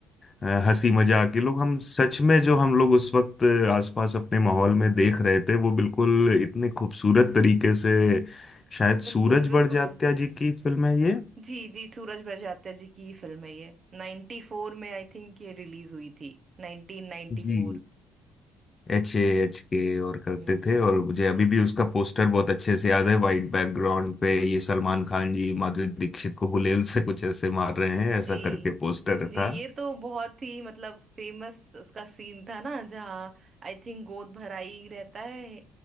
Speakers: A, on the left; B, on the right.
A: अ, हंसी
B: जी
A: मजाक ये लोग हम सच में जो हम लोग उस वक्त आसपास अपने माहौल में देख रहे थे वो बिल्कुल इतने खूबसूरत तरीके से शायद
B: बिल्कुल
A: सूरज
B: बिल्कुल
A: बड़जात्या जी की फिल्म है ये
B: जी जी सूरज बड़जात्या जी की ही फिल्म है ये 94 में आई थिंक ये रिलीज हुई थी 1994
A: जी एच ए एच के और करते
B: हम्म
A: थे और मुझे
B: जी
A: अभी भी उसका पोस्टर बहुत अच्छे से याद है वाइट बैकग्राउंड पे ये सलमान खान जी माधुरी दीक्षित को गुलेल से कुछ ऐसे मार रहे हैं
B: जी
A: ऐसा करके पोस्टर
B: जी
A: था
B: ये तो बहुत ही मतलब फेमस उसका सीन था ना जहाँ आई थिंक गोद भराई रहता है